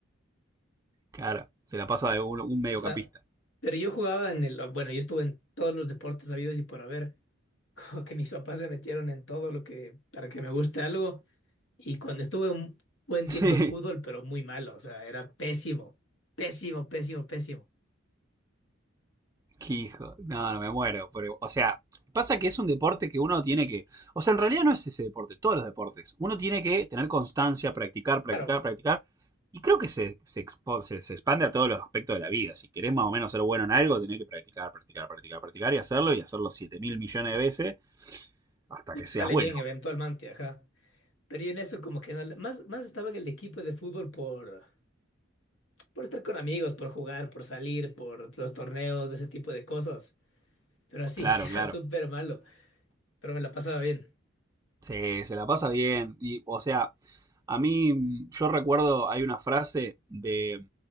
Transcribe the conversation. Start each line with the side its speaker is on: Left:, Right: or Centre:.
Right: claro, se la paso a un, un mediocampista.
Left: O sea, pero yo jugaba en el, bueno, yo estuve en todos los deportes habidos y por haber. <laughs> Como que mis papás se metieron en todo lo que, para que me guste algo. Y cuando estuve un buen
Right: <laughs>
Left: tiempo
Right: Sí,
Left: en fútbol, pero muy malo, o sea, era pésimo, pésimo, pésimo, pésimo.
Right: Qué hijo. No, no me muero. Pero, o sea, pasa que es un deporte que uno tiene que. O sea, en realidad no es ese deporte, todos los deportes. Uno tiene que tener constancia, practicar, practicar,
Left: Claro,
Right: practicar. Y creo que se, se, expo- se- se expande a todos los aspectos de la vida. Si querés más o menos ser bueno en algo, tenés que practicar, practicar, practicar, practicar y hacerlo y hacerlo siete mil millones de veces hasta
Left: y
Right: que
Left: te
Right: seas
Left: sale
Right: bueno.
Left: bien eventualmente, ajá. Pero yo en eso como que no, le- más, más estaba en el equipo de fútbol por, por estar con amigos, por jugar, por salir, por los torneos, ese tipo de cosas. Pero así,
Right: Claro,
Left: <laughs>
Right: claro.
Left: era súper malo, pero me la pasaba bien.
Right: Se, se la pasa bien. Y, o sea, a mí, yo recuerdo, hay una frase de,